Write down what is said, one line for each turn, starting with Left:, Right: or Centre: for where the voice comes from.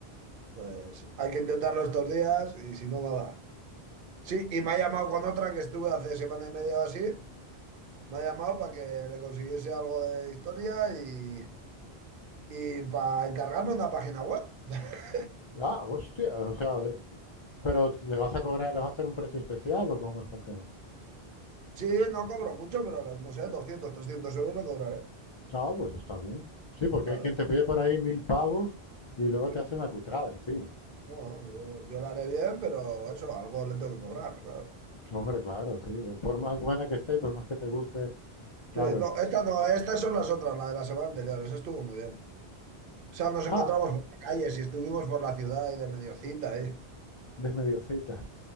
Right: pues hay que intentarlo estos días y si no, nada. Sí, y me ha llamado con otra que estuve hace semana y media o así. Me ha llamado para que le consiguiese algo de historia y... Y para encargarme una página web. <laughs>
Left: Ah, hostia, o sea, de- pero le vas a cobrar, le vas a hacer un precio especial o cómo está el tema.
Right: Sí, no cobro mucho, pero no sé, doscientos trescientos euros le cobraré.
Left: Ah, pues está bien. Sí, porque
Right: Claro,
Left: hay quien te pide por ahí mil pavos y luego
Right: sí.
Left: te hace una cutrada encima.
Right: Bueno, yo, yo la haré bien, pero eso, algo le tengo que cobrar, claro.
Left: Hombre, claro, sí. Por
Right: Sí,
Left: más buena que esté, y por más que te guste Claro,
Right: no,
Left: el tra-
Right: esta no, estas son las otras, la de la semana anterior, esa estuvo muy bien. O sea, nos encontramos
Left: Ah,
Right: por la calle, si estuvimos por la ciudad y de medio cita ahí.
Left: de medio cita.